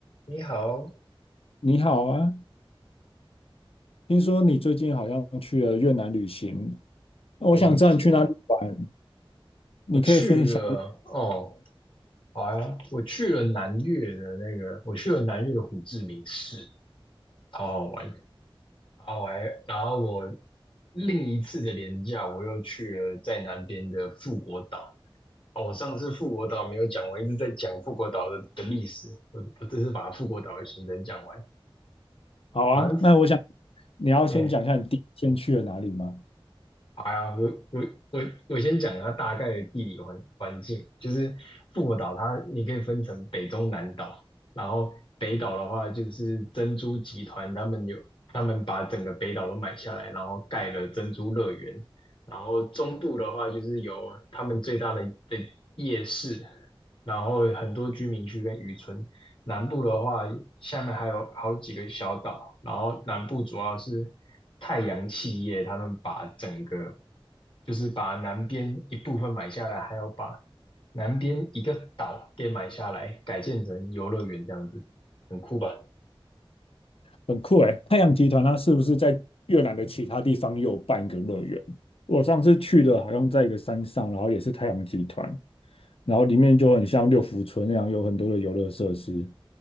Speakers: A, on the left; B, on the left.
A: 你好，
B: 你好啊，听说你最近好像去了越南旅行，那我想知道你去哪里玩，
A: 没错，
B: 你可以分享。
A: 我去了哦，好呀，我去了南越的那个，我去了南越的胡志明市，好好玩，好玩。然后我另一次的连假，我又去了在南边的富国岛。哦，我上次富国岛没有讲完，一直在讲富国岛的的历史，我我这次把富国岛的行程讲完。
B: 好啊，
A: 反正，
B: 那我想你要先讲一下你第一天去了哪里吗？
A: 哎、好呀，我我我我先讲它大概的地理环环境，就是复活岛它你可以分成北中南岛，然后北岛的话就是珍珠集团他们有他们把整个北岛都买下来，然后盖了珍珠乐园，然后中部的话就是有他们最大的的夜市，然后很多居民区跟渔村，南部的话，下面还有好几个小岛，然后南部主要是太阳企业，他们把整个就是把南边一部分买下来，还要把南边一个岛给买下来，改建成游乐园这样子，很酷吧？
B: 很酷诶，太阳集团它是不是在越南的其他地方也有办一个乐园？我上次去的好像在一个山上，然后也是太阳集团，然后里面就很像六福村那样，有很多的游乐设施，